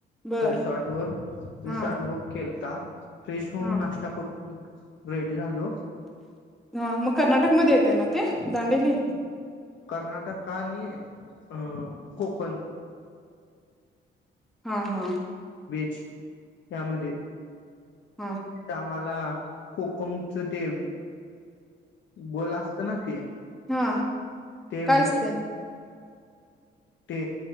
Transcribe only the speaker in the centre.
बर
हा
हा
हा मग कर्नाटक मध्ये येते ना ते? दांडेली?
हा हा
हम्म
हा
काय
असतय